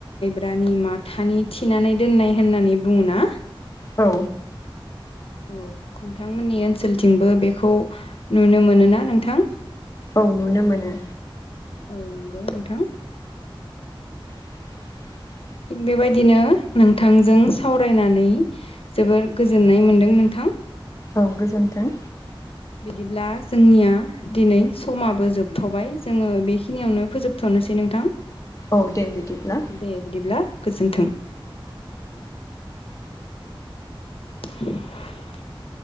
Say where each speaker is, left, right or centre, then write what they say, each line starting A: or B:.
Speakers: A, on the left (about 85°); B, on the left (about 35°).
A: रानि माथानि थिनानै दोननाय होननानै बुङो ना
B: औ
A: औ नोंथांमोननि ओनसोलथिंबो बेखौ नुनो मोनो ना नोंथां
B: औ नुनो मोनो
A: औ नंगौ नोंथां
B: <inaudible>
A: बेबायदिनो नोंथांजों सावरायनानै जोबोर गोजोननाय मोनदों नोंथां
B: औ गोजोन्थों!
A: बिदिब्ला जोंनिया दिनै समाबो जोबथ'बाय जोङो बेखिनियावनो फोजोबथ'नोसै नोंथां
B: औ दे बिदिब्ला
A: दे बिदिब्ला गोजोन्थों <unintelligible>